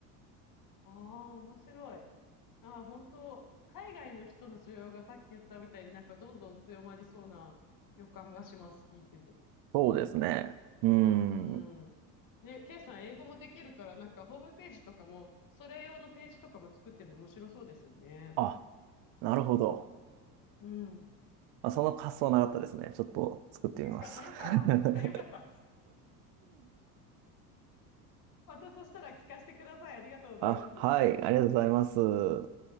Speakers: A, on the left; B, on the right.
A: <laughs> ああ、面白い。ああ、本当、海外の人の需要がさっき言ったみたいになんかどんどん強まりそうな予感がします、聞いてて。
B: そうですね。うー
A: う
B: ん。
A: ん。ね、ケイさん英語もできるから、なんかホームページとかも、それ用のページとかも作っても面白そうですよね。
B: あ、なるほど。
A: うん。
B: あ、その発想なかったですね。ちょっと作ってみます。
A: 違う。あよかった。
B: <laughs>
A: またそしたら聞かせてください。ありがとうございます。
B: あ、はい。ありがとうございます。